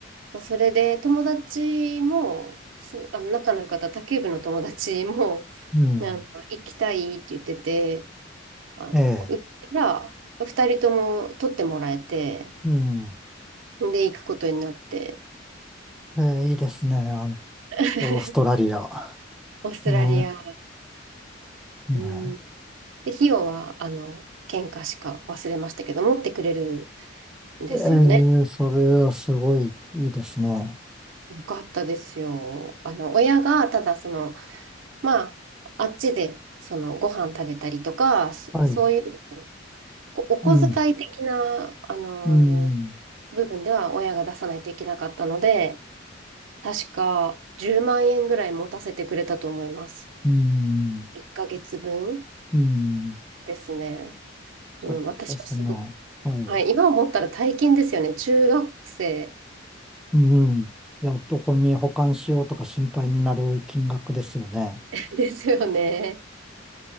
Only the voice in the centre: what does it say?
うん。
ええ。
うん。
ええ、いいですね。あの、
オーストラリア。
いや、ね、
ええ、それはすごいいいですね。
はい。
うん。
うん。
うん。
うん。
そうですね。
はい。
うん。いや、どこに保管しようとか心配になる金額ですよね。